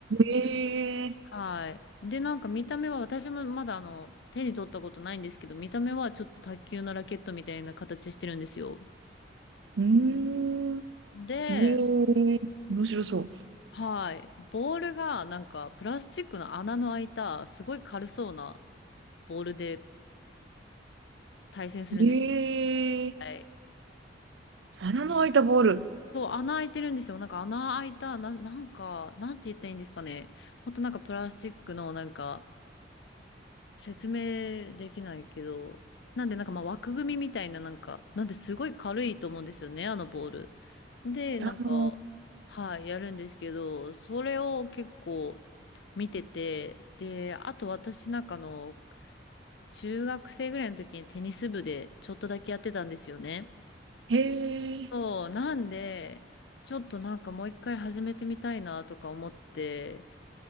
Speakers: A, on the right (about 75°); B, on the left (about 65°).
A: ええ、
B: はい。で、なんか見た目は私もまだあの手に取ったことないんですけど、見た目はちょっと卓球のラケットみたいな形してるんですよ。
A: うーん、
B: で、
A: ええ、面白そ
B: はい。ボールがなんかプラスチックの穴の開いたすごい軽そうなボールで対戦するんですよ。
A: う。ええ、
B: はい。
A: 穴の開いたボール。
B: そう、穴開いてるんですよ。なんか穴開いた、な、なんか、なんて言ったらいいんですかね。ほんとなんかプラスチックのなんか説明できないけど。なんでなんかまあ枠組みみたいななんか、なんですごい軽いと思うんですよね、あのボール。で、なんか、
A: ああ、
B: はい、やるんですけど、それを結構見てて、で、あと私なんかあの、中学生ぐらいの時にテニス部でちょっとだけやってたんですよね。
A: へえ、
B: そう、なんで、ちょっとなんかもう一回始めてみたいなとか思って、